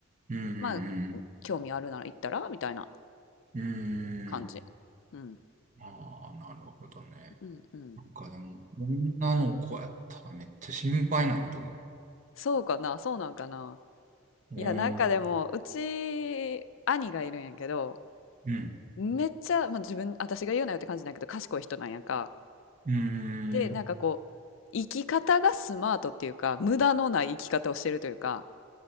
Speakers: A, on the right; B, on the left.
A: うんうん
B: まあ、興味あるなら行ったらみたいな
A: うん。う
B: 感じ。
A: ーん。
B: うん、
A: ああ、なるほどね。
B: うん、うん。
A: なんかでも、女の子やったらめっちゃ心配になると思
B: そうかな、そうなんかな。
A: う。お
B: いや、なんかでも、
A: ー、
B: うち、兄がいるんやけど、
A: うん。
B: めっちゃ、まあ自分、私が言うなよって感じなんやけど、賢い人なんやんか。
A: うーん。
B: で、なんかこう、生き方がスマートっていうか、無駄のない生き方をしてるというか、